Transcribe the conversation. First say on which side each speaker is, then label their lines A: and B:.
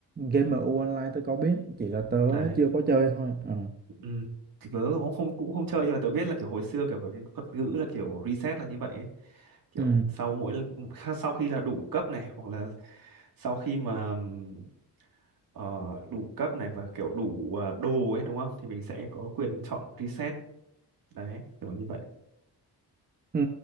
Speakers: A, on the right (about 25°); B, on the right (about 55°).
A: game MU Online tớ có biết chỉ là tớ
B: đấy
A: chưa có chơi thôi Ờ,
B: ừ tớ cũng không cũng không chơi nhưng mà tớ biết là kiểu hồi xưa kiểu có cái thuật ngữ là kiểu reset là như vậy ấy. kiểu
A: ừ,
B: sau mỗi lần- sau khi là đủ cấp này hoặc là sau khi mà ừm, ờ, đủ cấp này và kiểu đủ ờ, đồ ấy đúng không thì mình sẽ có quyền chọn reset đấy kiểu như vậy
A: ừ